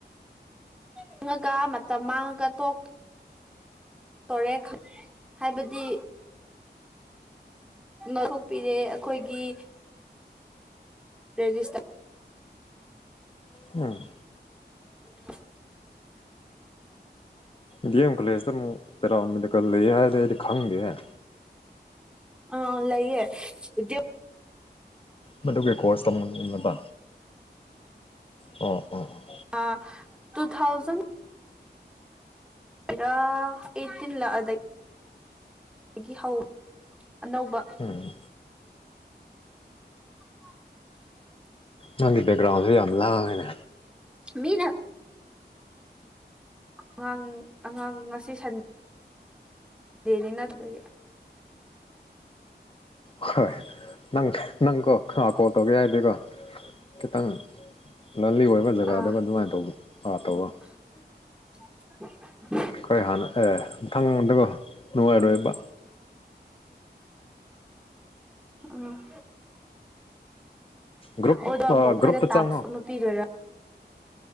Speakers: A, in the centre; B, on the left (about 30°).
A: ꯆꯥꯡꯉꯒ ꯃꯇꯝ ꯃꯥꯡꯉꯒ ꯇꯣꯛ ꯇꯣꯔꯦ ꯍꯥꯏꯕꯗꯤ ꯅꯣꯊꯣꯛꯄꯤꯔꯦ ꯑꯩꯈꯣꯏꯒꯤ ꯔꯦꯖꯤꯁꯇꯥ
B: ꯎꯝ
A: <inaudible>
B: ꯗꯤ ꯑꯦꯝ ꯀꯣꯂꯦꯖꯇ ꯑꯃꯨꯛ ꯄꯦꯔꯥꯃꯦꯗꯤꯀꯦꯜ ꯂꯩ ꯍꯥꯏꯗ ꯑꯩꯗꯤ ꯈꯪꯗꯦ ꯍꯥꯏ
A: ꯑ ꯂꯩꯌꯦ ꯗ
B: ꯃꯗꯨꯒꯤ ꯀꯣꯔꯁ ꯇꯧꯅꯤꯡꯅꯤꯡꯅꯕ ꯑꯣ ꯑꯣ ꯑꯣ
A: ꯑ ꯇꯨ ꯊꯥꯎꯖꯟ ꯔ ꯑꯩꯠꯇꯤꯟꯂ ꯑꯗꯒꯤ ꯑꯗꯒꯤ ꯍꯧ ꯑꯅꯧꯕ
B: ꯎꯝ
A: <inaudible>
B: ꯅꯪꯒꯤ ꯕꯦꯛꯒ꯭ꯔꯥꯎꯟꯁꯦ ꯌꯥꯝ ꯂꯥꯡꯉꯦꯅꯦ
A: ꯃꯤ ꯅ ꯑꯉꯥꯡ ꯑꯉꯥꯡ ꯉꯁꯤ ꯁꯟ ꯗꯦꯅꯤ ꯇꯧ
B: ꯍꯣꯏ ꯅꯪ ꯅꯪꯀꯣ ꯀꯣꯜ ꯇꯧꯒꯦ ꯍꯥꯏꯗꯤꯀꯣ ꯈꯤꯇꯪ ꯂꯟꯂꯤ ꯑꯣꯏꯕ ꯖꯒꯥꯗꯨꯒ
A: ꯑꯥ
B: ꯑꯗꯨꯃꯥꯏꯅ ꯇꯧꯕ ꯑ ꯇꯧꯋꯣ
A: <inaudible>
B: ꯈꯔ ꯍꯥꯟꯅ ꯑꯦ ꯃꯊꯪ ꯑꯗꯨꯒ ꯅꯨꯡꯉꯥꯏꯔꯣꯏꯕ
A: ꯎꯝ ꯎꯝ
B: ꯒ꯭ꯔꯨꯞ
A: ꯑꯣꯗꯣ ꯑꯃꯨꯛ ꯑꯩꯈꯣꯏꯗ
B: ꯒ꯭ꯔꯨꯞꯇ
A: ꯇꯥꯛꯁ
B: ꯆꯪꯉꯣ
A: ꯑꯃ ꯄꯤꯗꯣꯏꯔꯥ